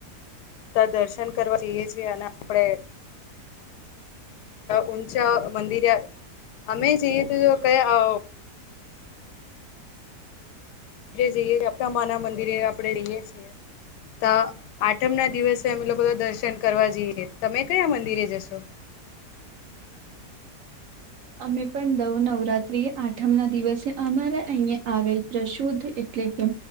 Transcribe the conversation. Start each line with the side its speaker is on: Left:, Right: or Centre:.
Left: દર્શન કરવા જઈએ છીએ અને આપડણે ઊંચ મંદિર અમે જઈએ તો ક અ એ જઈએ આપણા મા ના મંદિરે આપડે રઈએ છીએ ત આઠમ ના દિવસે અમે લોકો તો દર્શન કરવા જઈએ તમે કયા મંદિરે જશો <inaudible>
Right: અમે પણ દવ નવરાત્રીએ આઠમ ના દિવસે અમારા અહીયા આવેલ પ્રશુદ્ધ એટલે કે